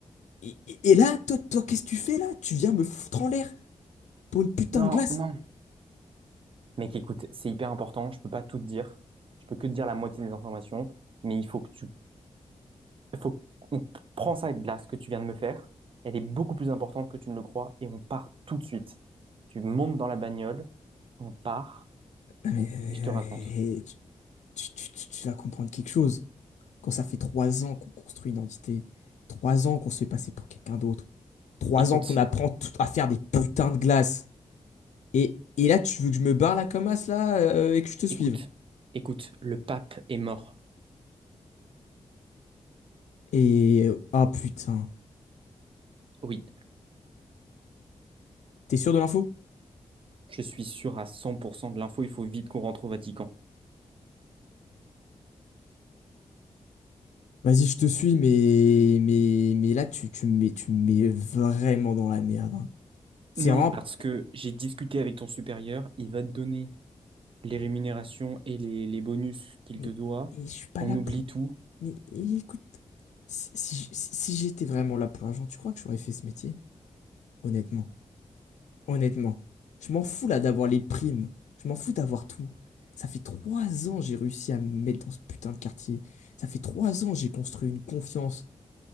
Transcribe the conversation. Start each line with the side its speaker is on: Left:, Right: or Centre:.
Left: et, et- et là, toi, toi, qu'est-ce que tu fais là? Tu viens me foutre en l'air pour une putain
Right: non,
Left: de glace.
Right: non. Mec, écoute, c'est hyper important. Je peux pas tout te dire. Je peux que te dire la moitié des informations. Mais il faut que tu, il faut qu'on prend ça avec glace que tu viens de me faire. Elle est beaucoup plus importante que tu ne le crois et on part tout de suite. Tu montes dans la bagnole, on part
Left: Non, mais,
Right: et je
Left: non,
Right: te raconte.
Left: mais, eh, tu, tu- tu- tu- tu vas comprendre quelque chose. Quand ça fait trois ans qu'on construit une identité, trois ans qu'on se fait passer pour quelqu'un d'autre, trois
Right: Écoute,
Left: ans qu'on apprend tout- à faire des putains de glaces. Et, et là, tu veux que je me barre la comme as, là, euh, et que je te suive.
Right: écoute, écoute, le pape est mort.
Left: Et... euh, Ah, putain.
Right: Oui,
Left: T'es sûr de l'info?
Right: je suis sûr à 100% de l'info. Il faut vite qu'on rentre au Vatican.
Left: Vas-y, je te suis, mais... Mais, mais là, tu, tu me mets, tu me mets vraiment dans la merde. hein. C'est
Right: Non,
Left: vraiment...
Right: parce que j'ai discuté avec ton supérieur. Il va te donner les rémunérations et les, les bonus qu'il
Left: Mais,
Right: te doit.
Left: mais je suis pas
Right: On
Left: là
Right: oublie
Left: pour...
Right: tout.
Left: Mais et écoute, si, si j- si- si j'étais vraiment là pour l'argent, tu crois que j'aurais fait ce métier? Honnêtement. Honnêtement. Je m'en fous, là, d'avoir les primes. Je m'en fous d'avoir tout. Ça fait trois ans j'ai réussi à me mettre dans ce putain de quartier. Ça fait trois ans j'ai construit une confiance.